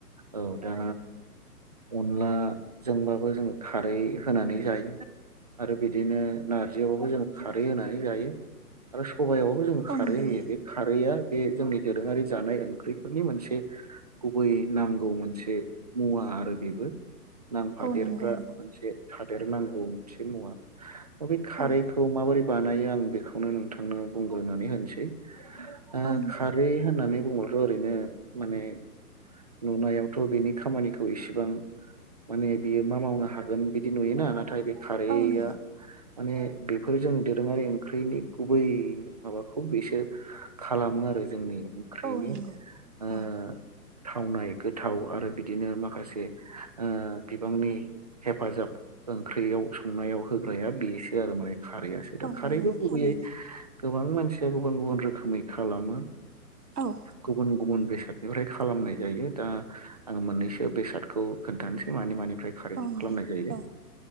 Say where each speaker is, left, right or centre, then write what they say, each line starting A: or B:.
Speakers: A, on the right (about 30°); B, on the right (about 75°).
A: औ दा अनलाजोंबाबो जोंङो खारै होनानै जायो। आरो बिदिनो नारजियावबाबो जों खारै होनानै जायो आरो सबायाव जों खारै
B: औ नंगौ
A: होयो।
B: नोंथां
A: बे खारैआ बे जोंनि दोरोंङारि जानाय ओंख्रिफोरनि मोनसे गुबै नांगौ मोनसे मुवा आरो बेबो। नांफादेरग्रा
B: औ नंगौ नोंथां
A: मोनसे थादेरनांगौ मोनसे मुवा। बे खारैखौ
B: औ
A: माबोरै बानायो आं बेखौनो नोंथांनो बुंग्रानै होनोसै। ओ
B: औ नोंथां
A: खारै होननानै बुंब्लाथ' ओरैनो माने नुनायावथ' बेनि खामानिखौ इसिबां माने बियो मा मावनो हागोन बिदि नुयोना नाथाय बे खारैया
B: औ नंगौ
A: माने बेफोर जोंनि दोरोङारि ओंख्रिनि गुबै माबाखौ बेसो खालामो आरो जोंनि ओंख्रिनि
B: औ नंगौ
A: ओ
B: औ
A: थावनाय गोथाव आरो बिदिनो माखासे ओ बिबांनि हेफाजाब ओंख्रियाव संनायाव होग्राया बेसो आरो माने खारै
B: औ
A: खारैखौ
B: नंगौ
A: गुबैयै
B: थारैनो
A: गोबां मानसिया गुबुन गुबुन रोखोमै खालामो
B: औ
A: गुबुन गुबुन बेसादनिफ्राय खालामनाय जायो दा आं मोननैसो बेसादखौ खोन्थानोसै मानि मानिफ्राय खारैखौ
B: औ नोंथां
A: खालामनाय जायो
B: औ